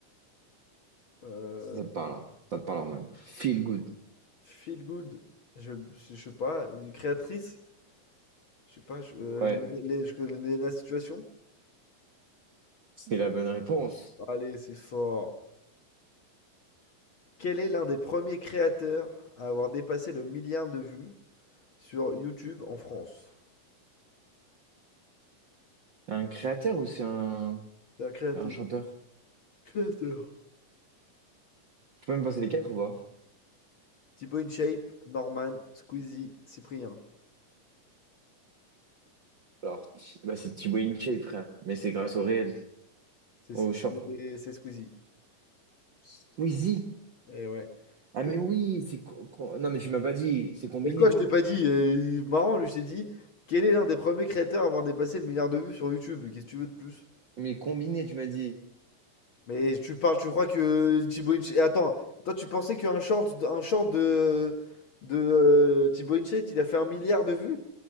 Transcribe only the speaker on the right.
Ça te parle, hein. Ça te parle, en mode Feel Good.
Ouais,
c'était la bonne réponse.
Un créateur ou c'est un,
un chanteur?
Tu peux même passer les quatre ou pas?
Alors, Ti- bah, c'est Thibaut InShape, frère. Mais c'est grâce au réel,
au
short.
Squeezie!
Ah,
mais oui, c'est. co- co- Non, mais tu m'as pas dit, c'est combiné.
Mais combiné, tu m'as dit.